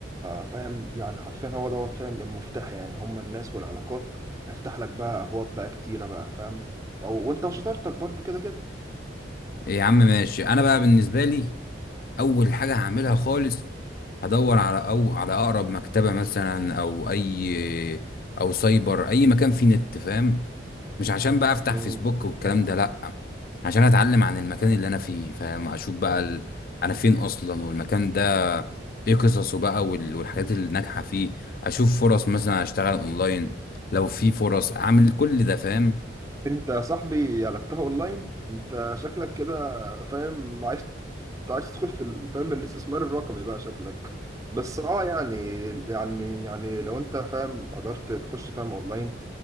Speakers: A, on the right; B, on the left.
A: فاهم يعني حرفيا هو دوت فاهم المفتاح يعني هم الناس والعلاقات افتح لك بقى ابواب بقى كتيره بقى فاهم أو- وانت وشطارتك برضو كده كده
B: يا عم ماشي أنا بقى بالنسبة لي أول حاجة هعملها خالص هدور على أو على أقرب مكتبة مثلا أو أي أو سايبر أي مكان فيه نت فاهم مش عشان بقى أفتح
A: مم.
B: فيسبوك والكلام ده لأ عشان أتعلم عن المكان اللي أنا فيه فاهم أشوف بقى ال... أنا فين أصلا والمكان ده ايه قصصه بقى وال- والحاجات اللي ناجحه فيه اشوف فرص مثلا اشتغل اونلاين لو في فرص اعمل كل ده فاهم
A: انت يا صاحبي قلبتها اونلاين انت شكلك كده فاهم عايز عايز تدخل في ال- فاهم الاستثمار الرقمي بقى شكلك بس اه يعني يعني يعني لو انت فاهم قدرت تخش فاهم اونلاين